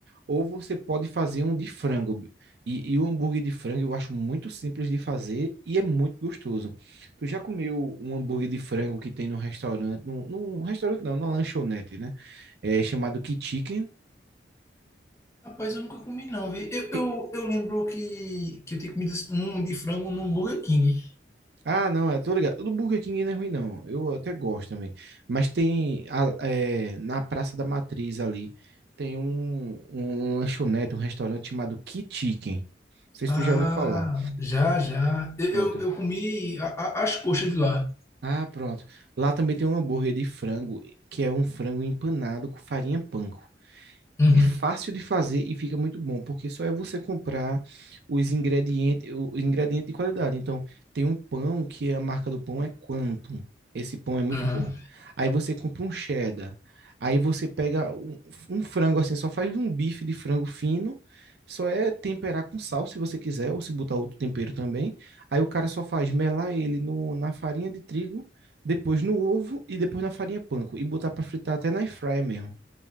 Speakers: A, on the right; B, on the left.
A: ou você pode fazer um de frango. E, e o hambúrguer de frango eu acho muito simples de fazer e é muito gostoso. Tu já comeu um hambúrguer de frango que tem no restaurante, no, no restaurante não, na lanchonete, né? É chamado K-Chicken.
B: Rapaz, eu nunca comi não, vi. Eu,
A: Fi-
B: eu, eu lembro que, que eu tinha comido um de frango num Burger King.
A: Ah, não, é, tô ligado. O do Burger King não é ruim, não. Eu até gosto também. Mas tem a- é, na Praça da Matriz ali, tem um, um lanchonete, um restaurante chamado K-Chicken. Não sei
B: Ah,
A: se tu já ouviu falar.
B: já, já. Eu,
A: Pronto.
B: eu, eu comi a- a- as coxas de lá.
A: Ah, pronto. Lá também tem um hambúrguer de frango, que é um frango empanado com farinha panko.
B: Uhum.
A: É fácil de fazer e fica muito bom, porque só é você comprar os ingredientes, o o ingrediente de qualidade. Então, tem um pão que a marca do pão é Quantum. Esse pão é muito
B: Uhum.
A: bom. Aí você compra um cheddar. Aí você pega um, um frango assim, só faz um bife de frango fino. Só é temperar com sal, se você quiser, ou se botar outro tempero também. Aí o cara só faz melar ele no, na farinha de trigo, depois no ovo e depois na farinha panko. E botar para fritar até na air fryer mesmo.